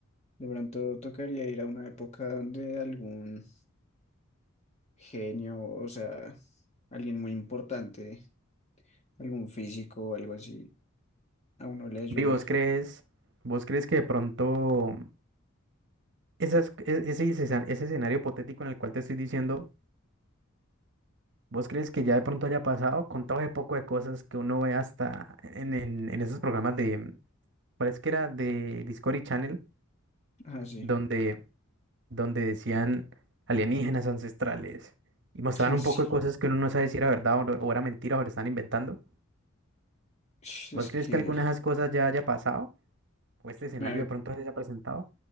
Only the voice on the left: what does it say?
de pronto tocaría ir a una época donde algún genio, o sea, alguien muy importante, algún físico o algo así, a uno le ayude.
Ah, sí,
<laughs>
sí.
Es
que,
mira,